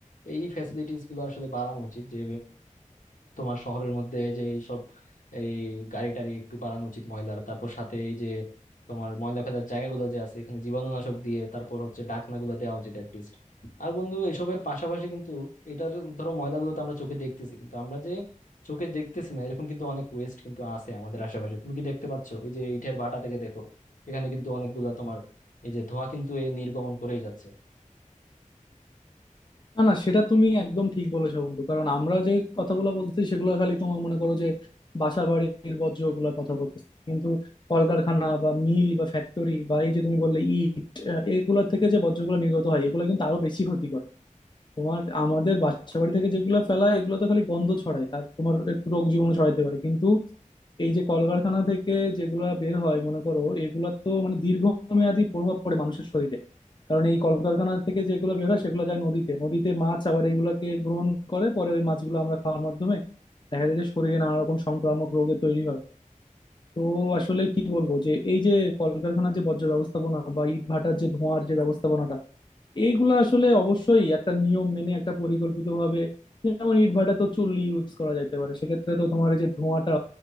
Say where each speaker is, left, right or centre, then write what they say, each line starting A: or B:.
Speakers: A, on the left; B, on the left.
A: এই ফ্যাসিলিটিস গুলো আসলে বাড়ানো উচিত যে তোমার শহরের মধ্যে যে এইসব এই গাড়ি টাড়ি একটু বাড়ানো উচিত ময়লার তারপর সাথে এই যে তোমার ময়লা ফেলার জায়গাগুলো যে আছে এখানে জীবাণুনাশক দিয়ে তারপর হচ্ছে ঢাকনাগুলো দেওয়া উচিত অ্যাটলিস্ট আর বন্ধু এসবের পাশাপাশি কিন্তু এটার ধরো ময়লাগুলো তো আমরা চোখে দেখতেছি কিন্তু আমরা যে চোখে দেখতেছি না এরকম কিন্তু অনেক ওয়েস্ট কিন্তু আছে আমাদের আশেপাশে তুমি কি দেখতে পাচ্ছ ওই যে ইটের ভাটা থেকে দেখো এখানে কিন্তু অনেকগুলা তোমার এই যে ধোঁয়া কিন্তু এই নির্গমন করেই যাচ্ছে
B: না না সেটা তুমি একদম ঠিক বলেছো বন্ধু কারণ আমরা যে কথাগুলো বলতেছি সেগুলো খালি তোমার মনে করো যে বাসা বাড়ির বর্জ্য ওগুলোর কথা বলতেছি কিন্তু কলকারখানা বা মিল বা ফ্যাক্টরি বা এই যে তুমি বললে ইট আহ, এগুলোর থেকে যে বর্জ্যগুলো নির্গত হয় এগুলো কিন্তু আরো বেশি ক্ষতি তোমার আমাদের বাসা বাড়ি থেকে যেগুলো ফেলায় এগুলো তো খালি গন্ধ ছড়ায় আর তোমার একটু রোগ জীবাণু ছড়াইতে পারে কিন্তু এই যে কলকারখানা থেকে যেগুলা বের হয় মনে করো এগুলা তো মানে দীর্ঘমেয়াদী প্রভাব পড়ে মানুষের শরীরে কারণ এই কলকারখানা থেকে যেগুলো বের হয় সেগুলো যায় নদীতে নদীতে মাছ আবার এগুলাকে গ্রহণ করে পরে ওই মাছগুলো আমরা খাওয়ার মাধ্যমে দেখা যায় যে শরীরে নানা রকম সংক্রামক রোগে তৈরি হয় তো আসলে কি বলবো যে এই যে কলকারখানার যে বর্জ্য ব্যবস্থাপনা বা ইট ভাটার যে ধোঁয়ার যে ব্যবস্থাপনাটা এইগুলো আসলে অবশ্যই একটা নিয়ম মেনে একটা পরিকল্পিত ভাবে যেমন ইটভাটা তো চুল্লি ইউজ করা যেতে পারে সেক্ষেত্রে তো তোমার এই যে ধোঁয়াটা